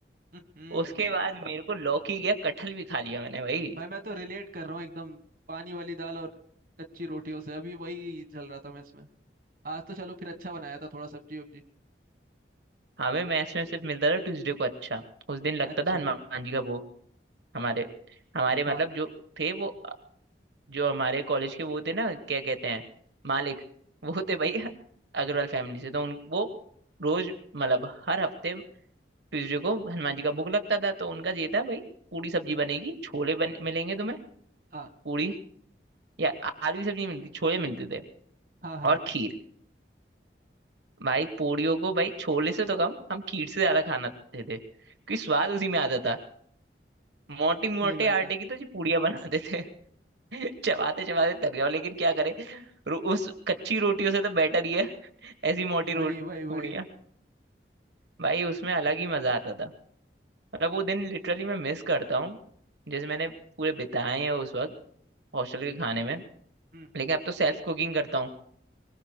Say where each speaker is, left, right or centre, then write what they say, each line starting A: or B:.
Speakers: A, on the right; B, on the right.
A: हम्म
B: उसके बाद मेरे को लौकी या कटहल भी खा लिया मैंने भाई
A: भाई मैं तो रिलेट कर रहा हूँ एकदम पानी वाली दाल और कच्ची रोटियों से अभी वही चल रहा था मैं इसमें आज तो चलो फिर अच्छा बनाया था थोड़ा सब्जी वब्जी
B: हमें मैस में सिर्फ मिलता था ट्यूसडे को अच्छा उस दिन लगता
A: अच्छा
B: था हनुमान जी का भोग हमारे हमारे मतलब
A: हाँ
B: जो थे वो अ, जो हमारे कॉलेज के वो थे ना क्या कहते हैं मालिक वो थे भाई अग्रवाल फैमिली से तो उन वो रोज मतलब हर हफ्ते ट्यूसडे को हनुमान जी का भोग लगता था तो उनका ये था भाई पूरी सब्जी बनेगी छोले बन
A: हम्म
B: मिलेंगे तुम्हें
A: हाँ
B: पूरी या आलू की सब्जी नहीं मिलती छोले मिलते थे
A: हाँ हाँ
B: और खीर भाई पूरियों को भाई छोले से तो कम हम खीर से ज्यादा खाना खाते थे क्योंकि स्वाद उसी में आता था मोटी मोटे
A: सही बात
B: आटे
A: है
B: की तो जी पूड़ियाँ बनाते थे <laughs> चबाते चबाते थक जाओ लेकिन क्या करे रो, उस कच्ची रोटियों से तो बेटर ही है <laughs> ऐसी मोटी
A: वही
B: रोट
A: वही वही
B: पूड़ियाँ भाई उसमें अलग ही मजा आता था मतलब वो दिन लिटरली मैं मिस करता हूँ जैसे मैंने पूरे बिताए हैं उस वक्त हॉस्टल के खाने में
A: हम्म
B: लेकिन अब तो सेल्फ कुकिंग करता हूँ